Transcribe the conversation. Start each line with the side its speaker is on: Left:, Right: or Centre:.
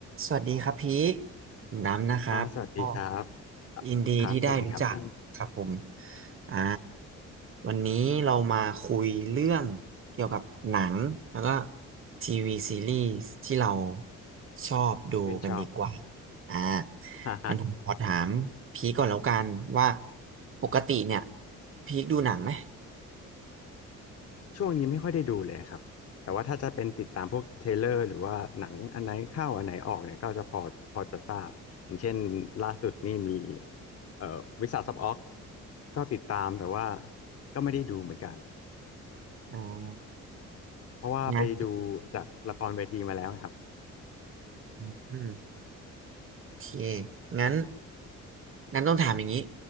Right: สวัสดีครับพีคผมด้ำนะครับอ๋อ
Left: อ่าสวัสดีครับอ่ะครับสวัสดีครับน้
Right: ยินดีที่ได้รู้จักครับผมอ่าวันนี้เรามาคุยเรื่องเกี่ยวกับหนังแล้วก็ทีวีซีรีส์ที่เราชอบดูกันดีกว่า
Left: ำชื่นชอบ <laughs>
Right: อ่า
Left: ฮ่าฮะ
Right: งั้นผมขอถามพีคก่อนแล้วกันว่าปกติเนี่ยพีคดูหนังไหม
Left: ช่วงนี้ไม่ค่อยได้ดูเลยครับแต่ว่าถ้าจะเป็นติดตามพวกเทรลเลอร์หรือว่าหนังอันไหนเข้าอันไหนออกเนี่ยก็จะพอพอจะทราบอย่างเช่นล่าสุดนี่มีเอ่อวิสาสอออกก็ติดตามแต่ว่าก็ไม่ได้ดูเหมือนกัน
Right: อ่า
Left: เพราะว่าไปดูจากละครเวทีมาแล้วนะครับ
Right: นะม โอเค งั้น งั้นต้องถามอย่างนี้